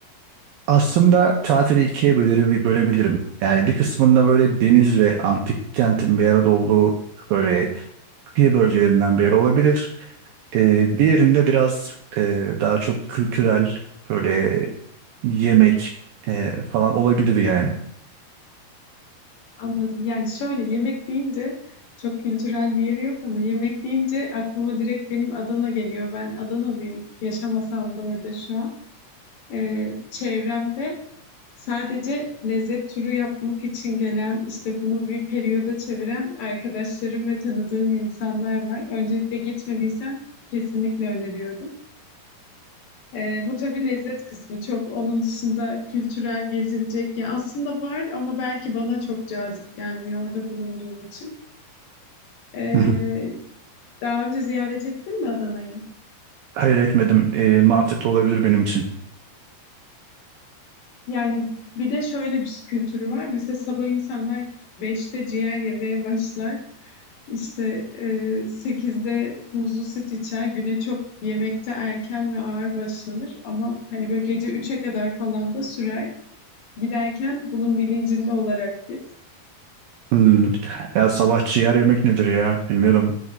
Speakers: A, on the right; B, on the left.
A: Aslında tatili ikiye böleri- bölebilirim. Yani bir kısmında böyle deniz ve antik kentin bir arada olduğu böyle kıyı bölgelerinden bir yer olabilir. Ee, bir yerinde biraz e, daha çok kültürel böyle yemek e, falan olabilir yani.
B: Anladım. Yani şöyle yemek deyince çok kültürel bir yeri yok ama yemek deyince aklıma direkt benim Adana geliyor. Ben Adanalıyım. Yaşamasam da orada şu an. E, çevremde Sadece lezzet turu yapmak için gelen, işte bunu bir periyoda çeviren arkadaşlarım ve tanıdığım insanlar var. Öncelikle gitmediysen kesinlikle öneriyorum. Ee, bu tabii lezzet kısmı çok. Onun dışında kültürel gezilecek ya aslında var ama belki bana çok cazip gelmiyor orada bulunduğum için. Ee,
A: <laughs> Hı hı.
B: daha önce ziyaret ettin mi Adana'yı?
A: Hayır etmedim. Ee, mantıklı olabilir benim için.
B: Yani bir de şöyle bir kültürü var. Mesela sabah insanlar beşte ciğer yemeye başlar. İşte e, 8'de muzlu süt içer. Güne çok yemekte erken ve ağır başlanır ama hani böyle gece üçe kadar falan da sürer. Giderken bunun bilincinde olarak git.
A: Hmm. Ya sabah ciğer yemek nedir ya? Bilmiyorum.